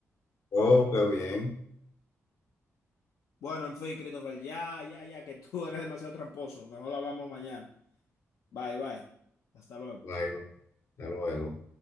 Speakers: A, on the left (about 65°); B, on the left (about 80°).
A: Oh, qué bien.
B: Bueno, en fin, Christopher, ya, ya, ya, que tú eres demasiado tramposo. Mejor hablamos mañana. Bye, bye. Hasta luego.
A: Bye, bye. Hasta luego.